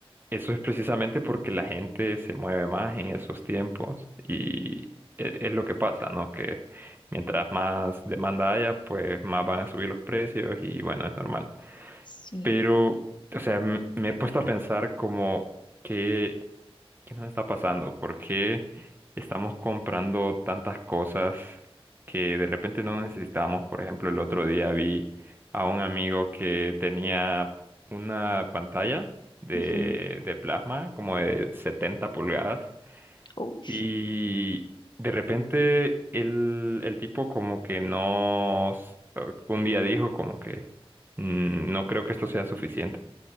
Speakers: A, on the right (about 20°); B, on the left (about 50°).
A: eso es precisamente porque la gente se mueve más en esos tiempos y e- es lo que pasa, ¿no? Que mientras más demanda haya, pues más van a subir los precios y bueno, es normal.
B: sí.
A: Pero, o sea, m- me he puesto a pensar como que... ¿Qué nos está pasando? ¿Por qué estamos comprando tantas cosas que de repente no necesitamos? Por ejemplo, el otro día vi a un amigo que tenía una pantalla de,
B: ujú,
A: de plasma como de 70 pulgadas
B: ush,
A: y de repente el, el tipo como que no, un día dijo como que "Mm, no creo que esto sea suficiente